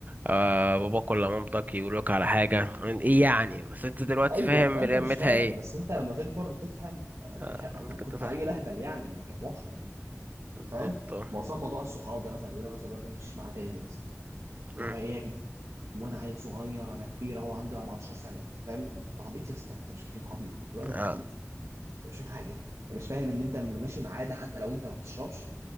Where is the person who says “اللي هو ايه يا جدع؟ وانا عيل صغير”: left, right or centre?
Right